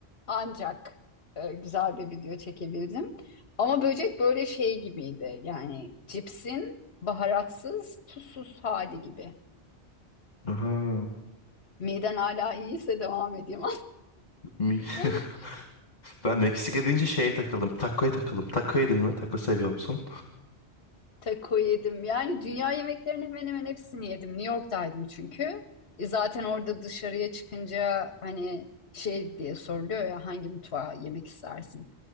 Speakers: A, on the left; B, on the left.
A: ancak e, güzel bir video çekebildim. Ama böcek böyle şey gibiydi. Yani cipsin baharatsız, tuzsuz hali gibi.
B: Aha.
A: Miden hala iyiyse devam edeyim.
B: Mi-
A: <laughs>
B: <laughs> Ben Meksika deyince şeye takıldım. Taco'ya takıldım. Taco yedin mi? Taco seviyor musun?
A: Taco yedim. Yani dünya yemeklerinin hemen hemen hepsini yedim. New York'taydım çünkü. E, Zaten orada dışarıya çıkınca hani şey diye soruluyor ya hangi mutfağa yemek istersin?